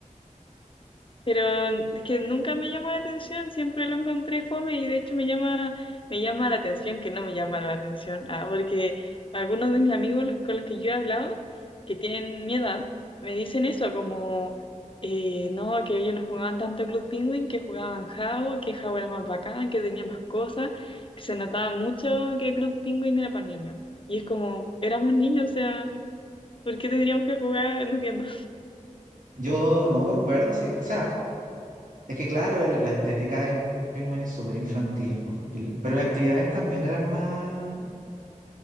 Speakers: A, on the left (about 40°); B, on the right (about 85°).
A: Pero es que nunca me llamó la atención, siempre lo encontré fome y de hecho me llama, me llama la atención que no me llama la atención, ah, porque algunos de mis amigos los- con los que yo he hablado, que tienen mi edad, me dicen eso, como, eh, no, que ellos no jugaban tanto Club Penguin, que jugaban Jabo, que Jabo era más bacán, que tenía más cosas, que se notaba mucho que Club Penguin era para niños. Y es como, éramos niños, o sea, ¿por qué tendríamos que jugar? <laughs> No entiendo.
B: Yo no concuerdo, sí. O sea, es que claro, el- la estética de Penguin es súper infantil, pues Y- pero las actividades también eran más,